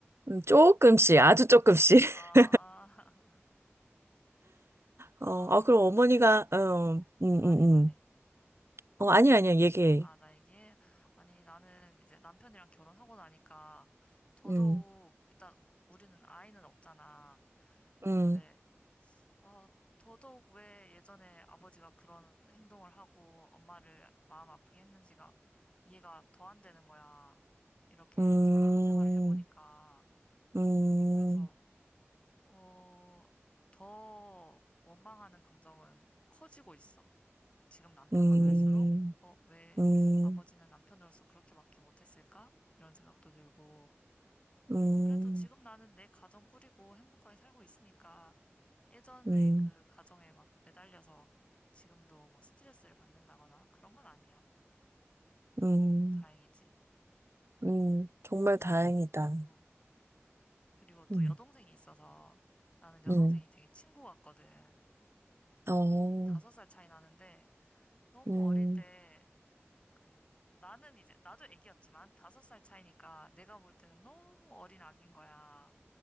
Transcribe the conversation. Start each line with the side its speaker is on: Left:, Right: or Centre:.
Right: 음, 조금씩, 아주 조금씩.
Left: 조금씩. 아.
Right: <laughs>
Left: 나도
Right: 어, 아, 그럼 어머니가,
Left: 남편,
Right: 어,
Left: 어,
Right: 음, 음,
Left: 말해, 말해.
Right: 음. 어, 아니야, 아니야, 얘기해.
Left: 아, 나 얘기해? 아니, 나는 이제 남편이랑 결혼하고 나니까 더더욱,
Right: 음,
Left: 일단 우리는 아이는 없잖아.
Right: 음,
Left: 근데, 어, 더더욱 왜 예전에 아버지가 그런 행동을 하고 엄마를 마음 아프게 했는지가 이해가 더 안 되는 거야. 이렇게
Right: 음,
Left: 결혼 생활을 해보니까.
Right: 음,
Left: 그래서, 어, 더 원망하는 감정은 커지고 있어. 지금 남편과
Right: 음,
Left: 살수록, 어, 왜
Right: 음,
Left: 아버지는 남편으로서 그렇게밖에 못했을까? 이런 생각도 들고,
Right: 음.
Left: 뭐, 그래도 지금 나는 내 가정 꾸리고 행복하게 살고 있으니까, 예전의
Right: 음,
Left: 그 가정에 막 매달려서 지금도 뭐 스트레스를 받는다거나 그런 건 아니야.
Right: 음,
Left: 다행이지.
Right: 음, 정말 다행이다.
Left: 어, 그리고 또
Right: 음,
Left: 여동생이 있어서, 나는 여동생이
Right: 음,
Left: 되게 친구 같거든.
Right: 어,
Left: 다섯 살 차이 나는데, 너무
Right: 음,
Left: 어릴 때, 그 나는 이제 나도 애기였지만 다섯 살 차이니까 내가 볼 때는 너무 어린 아기인 거야.